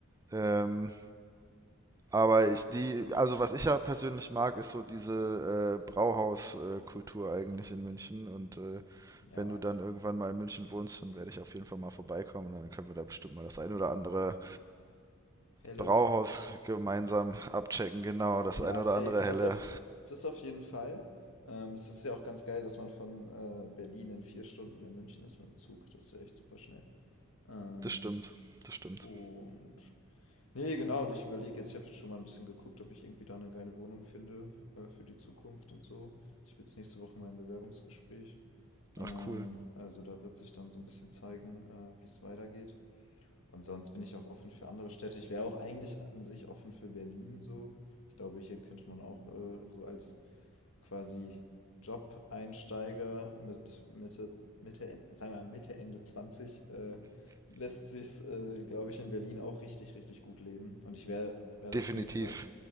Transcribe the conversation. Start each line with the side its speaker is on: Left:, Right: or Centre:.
Right: Ähm, aber ich, die, also was ich ja persönlich mag, ist so diese äh, Brauhauskultur eigentlich in München. Und äh,
Left: ja,
Right: wenn du dann irgendwann mal in München wohnst, dann werde ich auf jeden Fall mal vorbeikommen. Dann können wir da bestimmt mal das ein oder andere
Left: Helle.
Right: Brauhaus gemeinsam abchecken. Genau, das
Left: Ja,
Right: ein oder
Left: safe.
Right: andere
Left: Das
Right: helle.
Left: auf, das auf jeden Fall. Ähm, es ist ja auch ganz geil, dass man von äh, Berlin in vier Stunden in München ist mit dem Zug. Das ist ja echt super schnell. Ähm,
Right: Das stimmt, das stimmt.
Left: und. Nee, genau. Und ich überlege jetzt, ich habe jetzt schon mal ein bisschen geguckt, ob ich irgendwie da eine geile Wohnung finde äh, für die Zukunft und so. Ich habe jetzt nächste Woche mein Bewerbungsgespräch. Ähm,
Right: Ach cool,
Left: also da wird sich dann so ein bisschen zeigen, äh, wie es weitergeht. Und sonst bin ich auch offen für andere Städte. Ich wäre auch eigentlich an sich offen für Berlin so. Ich glaube, hier könnte man auch äh, so als quasi Job-Einsteiger mit Mitte, Mitte, En- sagen wir mal Mitte, Ende 20 äh, lässt sich's, äh, glaube ich, in Berlin auch richtig, richtig gut leben. Und ich werde, werde
Right: definitiv.
Left: auf jeden Fall,